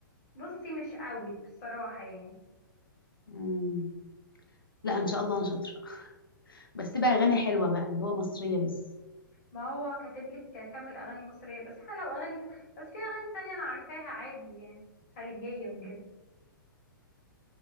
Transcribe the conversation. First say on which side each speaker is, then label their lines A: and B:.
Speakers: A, on the left; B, on the left.
A: بصي مش قوي بصراحه يعني
B: مم. لا ان شاء الله انا شاطرة بس تبقى اغاني حلوة بقى اللي هو مصرية بس
A: ما هو كاتب لك كمل اغاني مصريه بس احنا لو اغاني ت... بس في اغاني تانية انا عارفاها عادي يعني خليجيه وكده
B: مم.